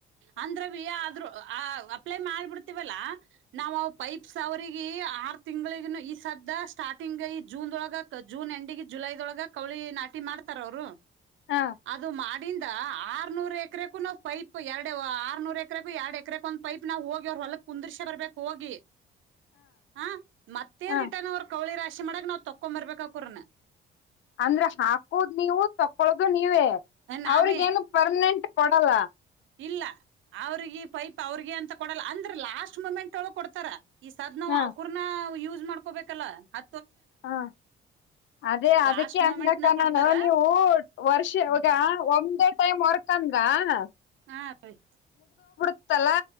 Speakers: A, on the right; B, on the left.
A: ಅಂದ್ರ ವಿ ಆದ್ರು ಆ ಅಪ್ಲೈ ಮಾಲ್ ಬಿಡ್ತಿವಲ್ಲಾ. ನಾವ್ ಅವ್ ಪೈಪ್ಸ್ ವ್ ಅವಿಗೆ ಆರ್ ತಿಂಗ್ಳಿಗ್ನು ಈ ಸದ ಸ್ಟಾರ್ಟಿಂಗ್ ಈ ಜೂನ್ದೊಳಗ ಜೂನ್ ಎಂಡಿಗ್ ಜುಲೈದೊಳಗ ಕೌಳಿ ನಾಟಿ ಮಾಡ್ತಾರ ಅವ್ರು.
B: ಹ
A: ಅದು ಮಾಡ್ ಡಿಂದ ಆರ್ನೂರು ಎಕ್ರೆಕ್ಕೂ ನಾವ್ ಪೈಪ್ ಎರಡು ಆರ್ನೂರ್ ಎಕರೆಕು ಎರಡ್ ಎಕರೆಕ್ <unintelligible> ಒಂದ್ ಪೈಪ್ ನಾ ಹೋಗಿ ಹೊಲಕ್ ಕುಂದಿರ್ಸೆ ಬರ್ಬೇಕು ಹೋಗಿ. ಹ ಮತ್ತೆ
B: ಹ
A: ರಿಟರ್ನ್ ಅವರ್ ಕೌಳಿ <unintelligible> ರಾ ಕಸಿ ಮಾಡಕ ನಾವ್ ತೊಕ್ಕೊ <unintelligible> ಬರಬೇಕೋರನೇ <unintelligible>
B: ಅಂದ್ರ ಹಾಕೋದ್ ನೀವು ತೊ ಕೊದು ನೀವೇ
A: ನಾವೇ
B: ಅವ್ರಿಗೇನು ಪರ್ಮನೆಂಟ್. ಕೊಡಲ್ಲ <unintelligible>
A: ಇಲ್ಲ ಅವ್ರಿಗೆ ಪೈಪ್ ಅವ್ರಿಗೆ ಅಂತ ಕೊಡಲ್ಲ ಅಂದ್ರ ಲಾಸ್ಟ್ ಮುಮೆಂಟ್ಒಳ್ಗ್ ಕೊಡ್ತಾರ. ಈ ಸಾದ್ ನಾವ್
B: ಹ
A: ಅವಕುರ್ನ ಯು <unintelligible> <unintelligible> ಮಾಡ್ಕೋಬೇಕಲ್ಲ ಹ
B: ಹಾ ಅದೇ ಅದಕ್ಕೆ
A: ಲಾಸ್ಟ್ ಮೂಮೆಂಟ್
B: ಅಂದಕ್ಕ
A: ನ ಕೊಡ್ತಾರ
B: ನಾನು ನೀವು ವರ್ಷ ಇಗ ಒಂದೇ <unintelligible> ಟೈಮ್ ವರ್ಕ್ ತನ್ಂಗ <unintelligible>
A: ಹಾ <unintelligible>
B: ತ್ತಲಾ